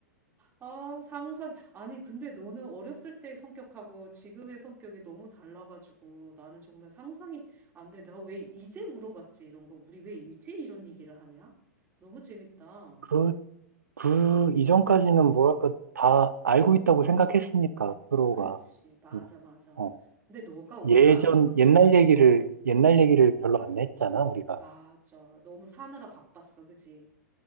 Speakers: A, on the right; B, on the right.
A: 아 상상 아니 근데 너는 어렸을 때 성격하고 지금의 성격이 너무 달라가지고 나는 정말 상상이 안 돼. 나 왜 이제 물어봤지 이런 거 우리 왜 일제 이런 얘기를 하냐? 너무 재밌다.
B: 그, 그 이전까지는 뭐랄까, 다 알고 있다고 생각했으니까, 서로가.
A: 그치 맞아
B: 그냥,
A: 맞아.
B: 어,
A: 근데 너가 워낙
B: 예전,
A: 응,
B: 옛날 얘기를, 옛날
A: 응
B: 얘기를 별로 안 했잖아, 우리가.
A: 맞아 너무 사느라 바빴어 그지?